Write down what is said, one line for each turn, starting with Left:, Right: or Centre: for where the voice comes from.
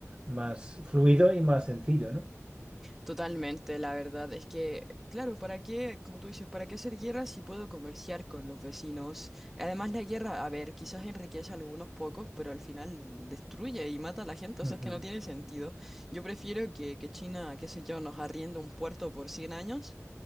Right: más fluido y más sencillo, ¿no?
Centre: Totalmente, la verdad es que, claro, ¿para qué, como tú dices, para qué hacer guerra si puedo comerciar con los vecinos? Además, la guerra, a ver, quizás enriquece a algunos pocos, pero al final destruye y mata a la gente, o
Right: Ujú,
Centre: sea, es que
Right: ujú,
Centre: no tiene sentido. Yo prefiero que, que China, qué sé yo, nos arriende un puerto por 100 años